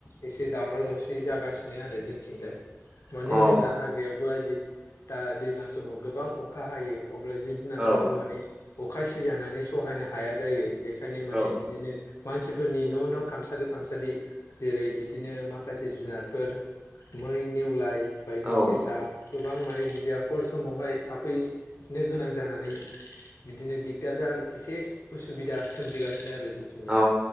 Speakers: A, on the left; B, on the right.
A: एसे दावराव दावसि जागासिनो आरो जोंथिं जाय । मानो
B: अ
A: होनोब्ला हाग्रायावबो आजि दा दैज्लां समाव गोबां अखा हायो। अब्ला जिब जुनारफ्राबो
B: औ
A: माने अखा सिजानानै सहायनो हाया जायो बेखायनो माने
B: औ
A: बिदिनो मानसिफोरनि न' न' खामसालि खामसालि जेरै बिदिनो माखासे जुनारफोर मै नेवलाय बायदि
B: औ
A: सेसा गोबां माने बिदिया हर समावहाय थाफै नो गोनां जानानै बिदिनो दिगदार जान एसे उसुबिदा सोमजिगासिनो आरो जोंथिंजा।
B: अ